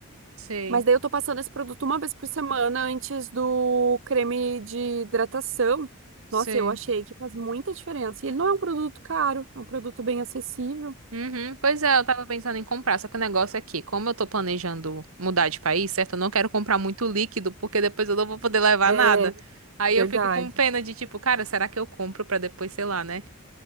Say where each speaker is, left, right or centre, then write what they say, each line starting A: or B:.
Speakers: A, on the right (about 85°); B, on the right (about 60°).
A: sei,
B: Mas daí eu tô passando esse produto uma vez por semana antes do creme de hidratação.
A: sei.
B: Nossa, eu achei que faz muita diferença. E ele não é um produto caro, é um produto bem acessível.
A: Uhum, pois é, eu tava pensando em comprar, só que o negócio é que, como eu tô planejando mudar de país, certo? Eu não quero comprar muito líquido, porque depois eu não vou poder levar
B: É,
A: nada. Aí
B: verdade.
A: eu fico com pena de tipo, cara, será que eu compro pra depois, sei lá, né?